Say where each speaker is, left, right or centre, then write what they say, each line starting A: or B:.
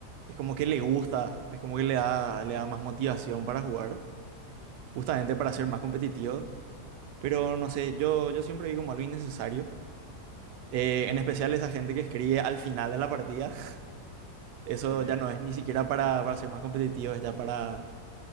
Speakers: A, on the right; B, on the left.
A: es como que le gusta, es como que le da, le da más motivación para jugar. justamente
B: Ujú.
A: para ser más competitivos. Pero no sé, yo, yo siempre vi como algo innecesario. Eh, en especial esa gente que escribe al final de la partida. <laughs> Eso
B: Sí, eh,
A: ya no es ni siquiera para, para ser más competitivo es ya para,